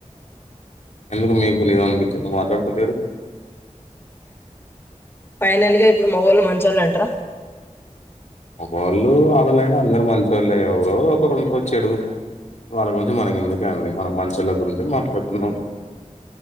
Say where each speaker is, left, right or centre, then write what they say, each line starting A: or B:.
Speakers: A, on the left (about 65°); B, on the left (about 20°).
A: ఎందుకు మీకు లేద అనిపించిందో మాట్లాడకోలేరు
B: పైనల్గా ఇప్పుడు మగోళ్ళ మంచివోళ్ళు అంటారా
A: మొగోళ్ళుఆడలైనా అందరు మంచోలే ఎవరో ఒక ఒకరు ఉంటారు చెడు వాళ్ళ గురించి మనకి ఎందుక అండి మన మనుషుల గురించి మాట్లాడుకున్నాం